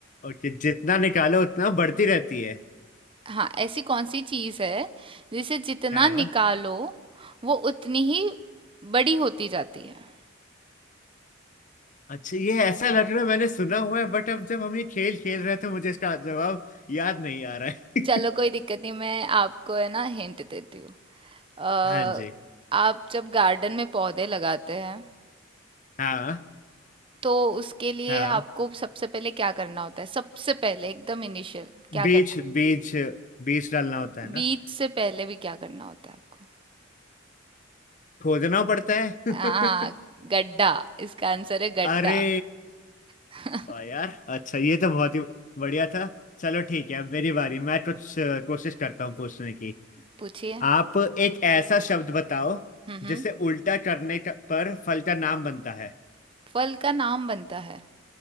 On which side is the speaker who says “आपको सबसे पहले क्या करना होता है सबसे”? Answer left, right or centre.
Right